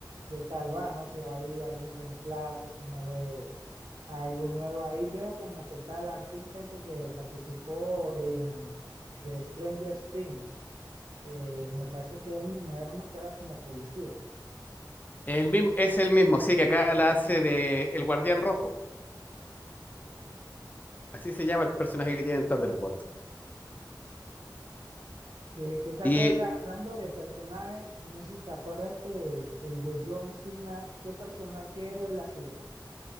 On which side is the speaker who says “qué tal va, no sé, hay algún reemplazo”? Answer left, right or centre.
Right